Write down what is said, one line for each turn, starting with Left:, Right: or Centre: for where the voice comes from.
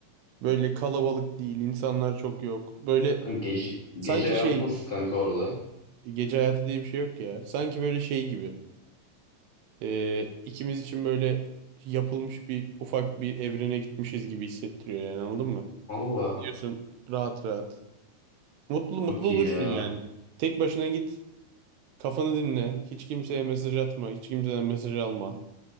Right: Böyle kalabalık değil, insanlar çok yok. Böyle
Left: Kanka gece,
Right: sanki
Left: gece hayatı
Right: şey,
Left: nasıl kanka orada?
Right: gece hayatı diye bir şey yok ya. Sanki böyle şey gibi. Ee, ikimiz için böyle yapılmış bir ufak bir evrene gitmişiz gibi hissettiriyor yani anladın mı?
Left: Valla
Right: diyorsun rahat rahat. Mutlu mutlu
Left: çok
Right: olursun
Left: iyi ya.
Right: yani. Tek başına git. Kafanı dinle. Hiç kimseye mesaj atma. Hiç kimseden mesaj alma.